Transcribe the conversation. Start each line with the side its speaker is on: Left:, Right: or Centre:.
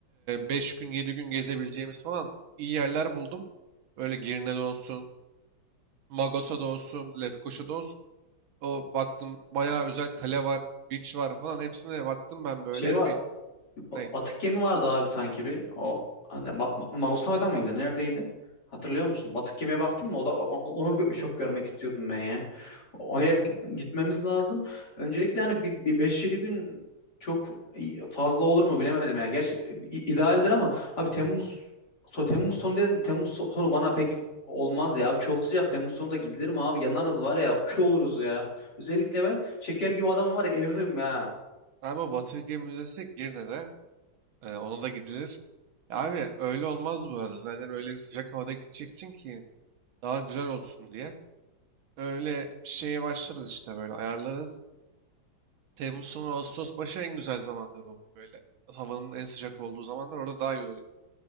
Right: beş gün 7 gün gezebileceğimiz falan iyi yerler buldum. Böyle Girne'de olsun, Magosa'da olsun, Lefkoşa'da olsun. O baktım bayağı özel kale var, beach var falan hepsine baktım ben böyle
Left: Şey var
Right: bir
Left: Ba-
Right: ne
Left: Batık gemi vardı abi sanki bir. O hani Ma Ma- Magoslava'da mıydı? Neredeydi? Hatırlıyor musun? Batık gemiye baktın mı? O da o- onu gö- çok görmek istiyordum ben ya. Oraya bir gi- gitmemiz lazım. Öncelikle hani bir, bir 5-7 gün çok i- fazla olur mu bilemedim yani. Gerçi i- idealdir ama abi Temmuz so- Temmuz sonu dedin de Temmuz so- sonu bana pek olmaz ya abi. Çok sıcak Temmuz sonunda gidilir mi abi? Yanarız var ya, kül oluruz ya. Özellikle ben şeker gibi adam var ya, eririm ya.
Right: galiba Batı Müzesi Girne'de e, ona da gidilir. Ya abi öyle olmaz bu arada zaten öyle sıcak havada gideceksin ki daha güzel olsun diye. Öyle şeye başlarız işte böyle ayarlarız. Temmuz sonu Ağustos başı en güzel zamanlar oluyor böyle. Havanın en sıcak olduğu zamanlar orada daha iyi oluyor.